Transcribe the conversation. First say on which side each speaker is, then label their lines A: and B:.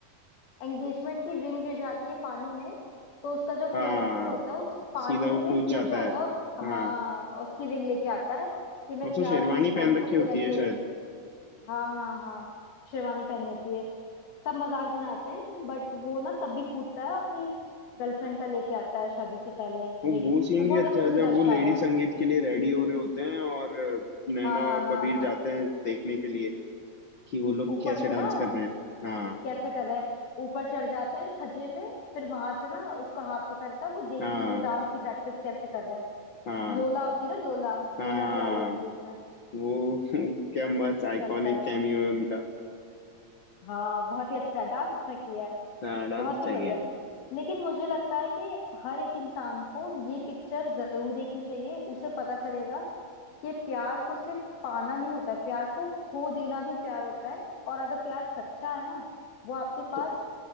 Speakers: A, on the left; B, on the left.
A: एंगेजमेंट की रिंग गिर जाती है पानी में तो उसका जो
B: हाँ
A: फियांसी होता है उस पानी
B: सीधा वो
A: में
B: कूद
A: कूद
B: जाता
A: जाता
B: है
A: है और-
B: हाँ
A: हाँ और उसकी रिंग लेके आता है कि मैं
B: उसने
A: प्यार
B: शेरवानी
A: की निशानी
B: पहन रखी
A: को
B: होती
A: कैसे
B: है शायद
A: हाँ हाँ हाँ शेरवानी पहनी होती है सब मजाक बनाते हैं बट वो ना तब भी कूदता है और अपनी गर्लफ्रेंड का लेके आता है शादी से पहले
B: वो
A: रिंग
B: वो सीन
A: तो बहुत
B: भी अच्छा
A: अच्छे
B: है
A: से
B: जब
A: दर्शाया
B: वो लेडी
A: है
B: संगीत के लिए रेडी हो रहे होते हैं और नैना
A: हाँ हाँ
B: और
A: हाँ
B: कबीर
A: हाँ
B: जाते हैं देखने के लिए कि वो लोग
A: ऊपर
B: कैसे
A: से
B: डांस
A: ना
B: कर रहे हैं हाँ
A: कैसे कर रहे हैं ऊपर चढ़ जाते हैं छज्जे पे फिर वहां से ना उसका हाथ पकड़ता है वो देखती
B: हाँ
A: है वो डांस की प्रैक्टिस कैसे कर रहे हैं
B: हाँ
A: लोला होती है ना लोला
B: हाँ
A: लोला भी आई होती है उसमें
B: वो <laughs> क्या मस्त
A: तो चलता
B: आइकॉनिक
A: है
B: कैमियो है उनका
A: हाँ बहुत ही अच्छा है डांस अच्छा किया है
B: हाँ डांस
A: बहुत ही
B: चाहिए
A: बढ़िया है लेकिन मुझे लगता है कि हर एक इंसान को ये पिक्चर जरूर देखनी चाहिए उसे पता चलेगा कि प्यार को सिर्फ पाना नहीं होता है प्यार को खो देना भी प्यार होता है और अगर प्यार सच्चा है ना वो आपके पास
B: तो